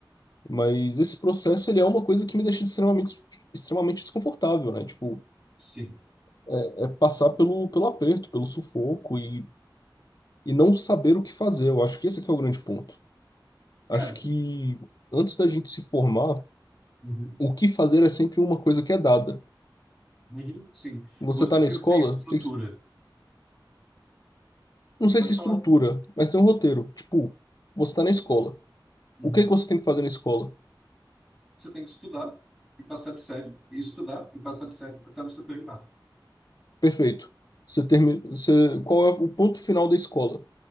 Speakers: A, on the left; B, in the centre.
A: mas esse processo ele é uma coisa que me deixa extremamente, extremamente desconfortável, né? Tipo,
B: Sim.
A: é é passar pelo, pelo aperto, pelo sufoco e, e não saber o que fazer. Eu acho que esse aqui é o grande ponto. Acho
B: Cara,
A: que antes da gente se formar,
B: Uhum.
A: o que fazer é sempre uma coisa que é dada.
B: Uhum. Sim.
A: Você
B: Você
A: tá
B: sempre
A: na escola,
B: tem estrutura.
A: tem que se- não sei
B: Pode
A: se
B: falar.
A: estrutura, mas tem um roteiro. Tipo, você tá na escola.
B: Uhum.
A: O que que você tem que fazer na escola?
B: Você tem que estudar e passar de série, e estudar e passar de série até você terminar.
A: Perfeito. Você termina, você, qual é o ponto final da escola?